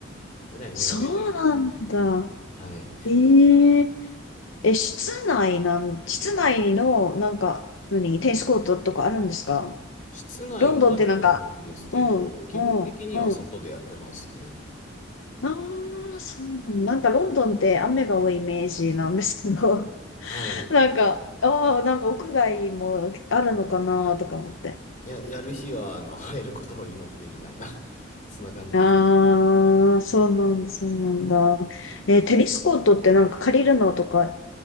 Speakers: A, on the left (about 40°); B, on the left (about 75°).
A: えらい迷惑してるんですよね。
B: そうなんだ。
A: はい。
B: えええ、室内なん、室内の、なんか、何、テニスコートとかあるんですか
A: 室内もあると思うんですけど、
B: ロンドンってなんか、うん、
A: 基本的には外でやってますね。
B: うん、うん。ああ、そうなんなんかロンドンって雨が多いイメージなんですけど、
A: はい。
B: <laughs> なんか、ああ、なんか屋外もあるのかなとか思って。
A: や、やる日は、あの、<laughs> 晴れることを祈ってみたいな、<laughs> そんな感じです。
B: ああ、そうなんだ、そうなんだ。えーテニスコートってなんか借りるのとか、